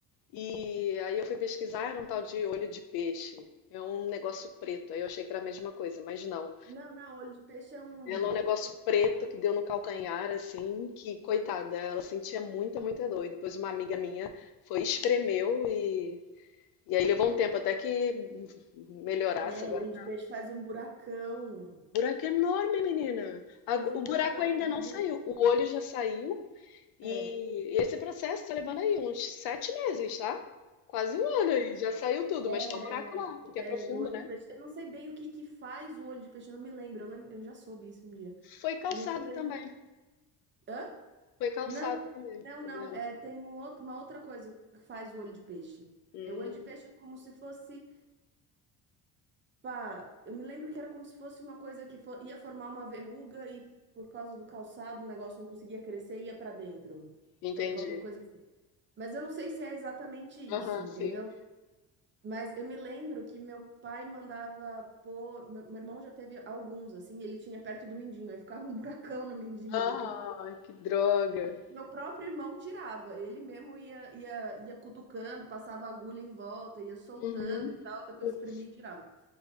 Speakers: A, on the left; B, on the right.
A: E aí eu fui pesquisar, era um tal de olho de peixe. É um negócio preto. Aí eu achei que era a mesma coisa, mas não.
B: Não, não, olho de peixe é um.
A: Ela é um negócio preto que deu no calcanhar, assim, que, coitada, ela sentia muita, muita dor. E depois uma amiga minha foi, espremeu e. E aí levou um tempo até que melhorasse.
B: É,
A: Agora
B: olho
A: tá.
B: de peixe faz um buracão.
A: Buraco enorme, menina. A-
B: Faz
A: O
B: um
A: buraco
B: buracão.
A: ainda não
B: né?
A: saiu. O olho já saiu E
B: É.
A: esse processo tá levando aí uns sete meses, tá? Quase um ano aí, já saiu tudo, mas
B: É,
A: tá o buraco lá, porque é
B: é,
A: profundo,
B: é, o olho
A: né?
B: de peixe. Eu não sei bem o que que faz o olho de peixe, eu não me lembro. Eu lembro, eu já soube isso um dia.
A: Foi calçado
B: Eu não sei mesmo.
A: também,
B: Hã?
A: foi calçado
B: Não,
A: também
B: não,
A: o
B: não.
A: dela.
B: É, tem um outro- uma outra coisa que faz o olho de peixe.
A: Hum,
B: É, O olho de peixe é como se fosse, pá, eu me lembro que era como se fosse uma coisa que fo- ia formar uma verruga e por causa do calçado o negócio não conseguia crescer e ia pra dentro.
A: entendi.
B: Era qualquer coisa assim. Mas eu não sei se é exatamente isso,
A: Aham,
B: entendeu?
A: sim.
B: Mas eu me lembro que meu pai mandava pôr. Meu meu irmão já teve alguns, assim, ele tinha perto do mindinho, aí ficava um buracão no mindinho
A: Ah,
B: depois.
A: que droga.
B: Meu próprio irmão tirava, ele mesmo ia, ia, ia cutucando, passava agulha em volta, ia soltando
A: Uhum.
B: e tal, depois
A: Putz,
B: espremia e tirava.